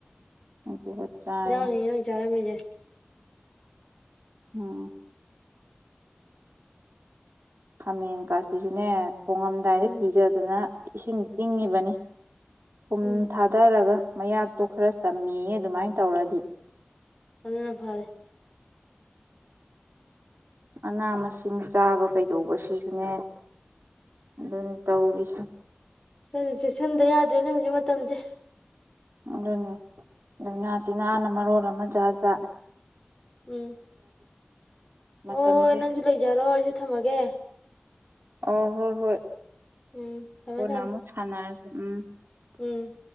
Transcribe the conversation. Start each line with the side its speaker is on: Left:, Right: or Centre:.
Right: ꯑꯗꯨꯒ ꯆꯥꯏ
Left: ꯅ ꯌꯦꯅꯖ ꯑꯔꯝꯗꯦ
Right: ꯑꯣ ꯍꯥꯃꯤꯡ ꯀꯁꯤ ꯆꯨꯅꯦꯠ ꯍꯣꯡꯉꯝꯗꯥꯏꯗ
Left: ꯎꯝ
Right: ꯀꯤꯖꯗꯨꯅ ꯏꯁꯤꯡ ꯇꯤꯡꯉꯤꯕꯅꯤ ꯊꯨꯝ
Left: ꯎꯝ
Right: ꯊꯥꯗꯔꯒ ꯃꯌꯥꯛꯇꯣ ꯈꯔ ꯆꯝꯃꯦ ꯑꯗꯨꯃꯥꯏꯅ ꯇꯧꯔꯗꯤ
Left: ꯑꯗꯨꯅ ꯐꯔꯦ
Right: ꯃꯅꯥ ꯃꯁꯤꯡ ꯆꯥꯕ ꯀꯩꯗꯧꯕ ꯁꯤꯁꯨꯅꯦ ꯑꯗꯨꯅꯤ ꯇ ꯑꯣꯔꯤꯁꯤ
Left: ꯁ ꯆꯦꯛꯁꯤꯟꯗ ꯌꯥꯗ꯭ꯔꯦꯅꯦ ꯍꯧꯖꯤꯛ ꯃꯇꯝꯁꯦ
Right: ꯑꯗꯨꯅꯤ ꯂꯥꯏꯅꯥ ꯇꯤꯟꯅꯥꯅ ꯃꯔꯣꯟ ꯑꯃ ꯖꯥꯠ ꯆꯖꯥ
Left: ꯎꯝ
Right: ꯃꯇꯝꯁꯦ
Left: ꯍꯣꯏ ꯍꯣꯏ ꯅꯪꯁꯨ ꯂꯩꯖꯔꯣ ꯑꯩꯁꯨ ꯊꯝꯃꯒꯦ
Right: ꯑ ꯍꯣꯏ ꯍꯣꯏ
Left: ꯎꯝ ꯊꯃꯦ
Right: ꯀꯣꯟꯅ
Left: ꯊꯝ
Right: ꯑꯃꯨꯛ ꯁꯥꯟꯅꯔꯁꯦ ꯎꯝ
Left: ꯎꯝ